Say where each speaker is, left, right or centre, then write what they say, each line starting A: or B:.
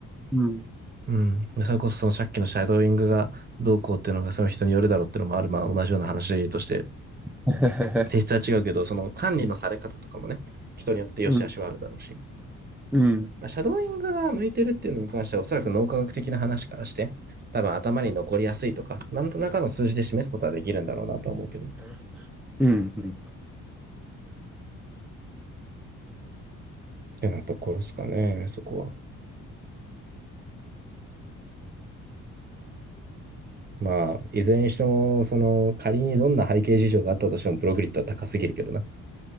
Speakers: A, in the centre; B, on the right.
A: うん。うん。
B: うん。それこそそのさっきのシャドーイングがどうこうっていうのがその人によるだろうっていうのもある。まあ同じような話で言うとして、
A: <laughs>
B: 性質は違うけど、その管理のされ方とかもね、人によって良し悪しはあるだろうし。
A: うん。うん。
B: まあ、シャドーイングが向いてるっていうのに関しては、おそらく脳科学的な話からして、多分頭に残りやすいとか、なんとなかの数字で示すことはできるんだろうなとは思うけど。っ
A: うんうん
B: てなところですかね、そこは。まあ、いずれにしても、その、仮にどんな背景事情があったとしても、プログリッドは高すぎるけどな。